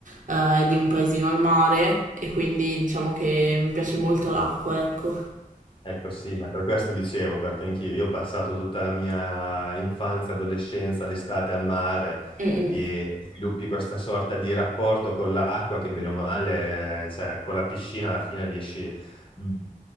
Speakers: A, on the right; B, on the left.
A: eh, è di un paesino al mare e quindi diciamo che mi piace molto l'acqua, ecco.
B: Ecco sì, ma per questo dicevo, perché anch'io io ho passato tutta la mia infanzia, adolescenza, l'estate al mare
A: Mm, mm,
B: e sviluppi questa sorta di rapporto con l'acqua che bene o male, eh, cioè con la piscina alla fine riesci, mhmm,